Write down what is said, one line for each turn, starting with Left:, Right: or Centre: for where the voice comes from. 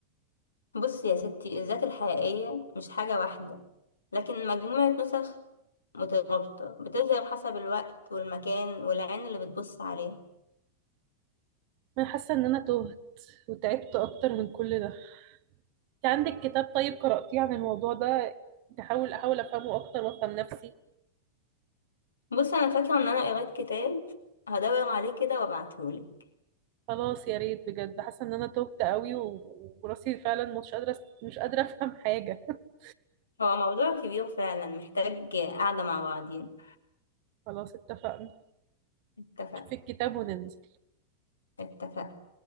Left: بص يا ستي الذات الحقيقية مش حاجة واحدة لكن مجموعة نسخ مترابطة بتظهر حسب الوقت والمكان والعين اللي بتبص عليها
Right: أنا حاسة إن أنا تهت وتعبت أكتر من كل ده أنت عندك كتاب طيب قرأتيه عن الموضوع ده تحاول أحاول أفهمه أكتر وأفهم نفسي
Left: بص أنا فاكرة إن أنا قريت كتاب هدور عليه كده وأبعتهولك
Right: خلاص يا ريت بجد حاسه ان انا تهت قوي و- وراسي فعلا مش قادره مش قادره افهم حاجه <laughs>
Left: هو موضوع كبير فعلا محتاج قعدة مع بعضين
Right: خلاص اتفقنا
Left: اتفق
Right: شوفي الكتاب وننزل
Left: اتفق